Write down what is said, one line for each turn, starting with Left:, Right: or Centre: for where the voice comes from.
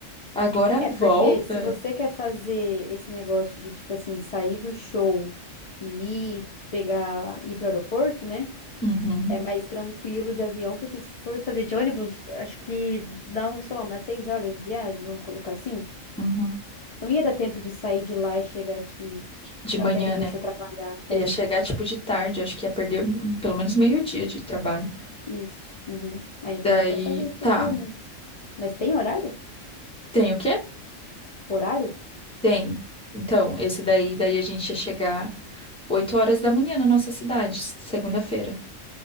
Centre: Agora
Left: É,
Centre: a volta.
Left: porque se você quer fazer esse negócio de, tipo assim, sair do show e ir pegar, ir pro aeroporto, né?
Centre: Uhum,
Left: É mais tranquilo de avião, porque se for fazer de ônibus, acho que dá, um, sei lá, umas seis horas de viagem, vamos colocar assim.
Centre: uhum.
Left: Não ia dar tempo de sair de lá e chegar aqui.
Centre: De manhã,
Left: Dá tempo de
Centre: né?
Left: você trabalhar. É,
Centre: Ia chegar tipo de tarde, acho que ia perder hum, pelo menos meio-dia de trabalho.
Left: isso. Uhum. É, então
Centre: Daí,
Left: dá pra fazer, você
Centre: tá.
Left: falou mesmo. Mas tem horário?
Centre: Tem o quê?
Left: Horário?
Centre: Tem. Então, esse daí, daí a gente ia chegar 8 horas da manhã na nossa cidade, segunda-feira.